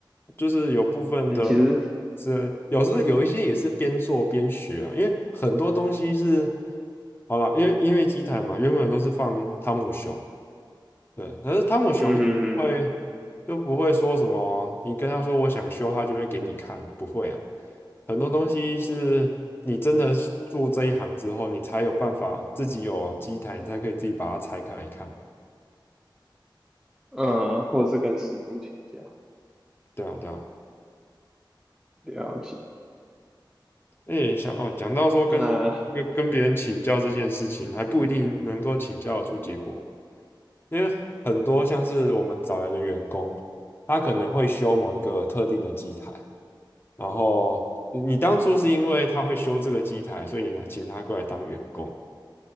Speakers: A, on the left; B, in the centre.
A: 就是有部分的
B: 哎，其实，
A: 是有时候有一些也是边做边学啊，因为很多东西是好了，因为因为机台嘛，原本都是放汤姆熊，对，可是汤姆熊会
B: 嗯嗯
A: 就不会说什么，你跟他说我想修，他就会给你看，不会啊。很多东西是你真的是做这一行之后，你才有办法自己有机台，你才可以自己把它拆开来看。
B: 嗯，呃或者是跟师傅请教，
A: 对啊，对啊。
B: 了解，
A: 哎，想哦，讲到说跟跟跟别人请教这件事情，
B: 那、
A: 还不一定能够请教得出结果，因为很多像是我们找来的员工，他可能会修某一个特定的机台。然后你你当初是因为他会修这个机台，所以你请他过来当员工。